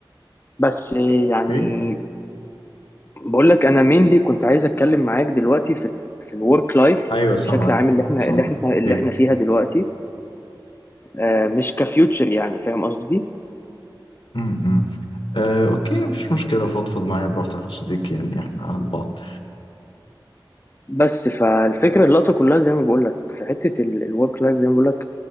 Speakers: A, on the left (about 25°); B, on the left (about 80°).
A: بس يعني
B: اوكي
A: بقول لك انا مينلي كنت عايز اتكلم معاك دلوقتي في ال في الورك لايف
B: ايوه سامعك
A: بشكل عام اللي احنا
B: سامعك
A: اللي احنا
B: اوكي
A: اللي احنا فيها دلوقتي آه، مش كفيوتشر يعني فاهم قصدي
B: امم إمم. آه اوكي مفيش مشكله فضفض معايا براحتك يا صديقي يعني احنا على بعض
A: بس فالفكره اللقطه كلها زي ما بقول لك في حته الورك لايف زي ما بقول لك